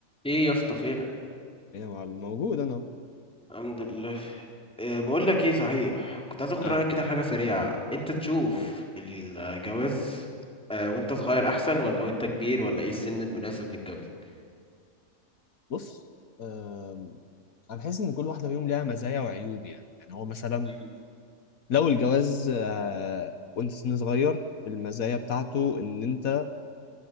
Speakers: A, in the centre; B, on the left.
A: ايه يا اسطى فينك
B: يا معلم موجود انا أهو.
A: الحمد لله إيه بقول لك ايه صحيح كنت عايز اخد
B: اه
A: رايك كده في حاجه سريعه انت تشوف
B: قول
A: الجواز آه وانت صغير احسن ولا وانت كبير ولا ايه السن المناسب للجواز
B: بص آم، انا بحس ان كل واحده فيهم ليها مزايا وعيوب يعني يعني هو مثلا
A: مم.
B: لو الجواز آه، وانت سن صغير المزايا بتاعته ان انت